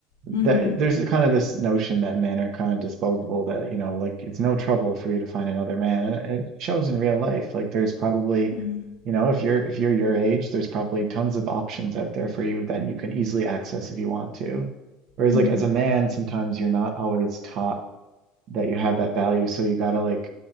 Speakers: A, on the left; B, on the right.
A: Mm
B: that
A: hmm.
B: there's a kind of this notion that men are kind of disposable that, you know, like it's no trouble for you to find another man. And it it shows in real life. Like there's probably
A: Mm hmm.
B: You know, if you're if you're your age, there's probably tons of options out there for you that you can easily access if you want to. Whereas
A: Mm
B: like
A: hmm.
B: as a man, sometimes you're not always taught that you have that value, so you gotta like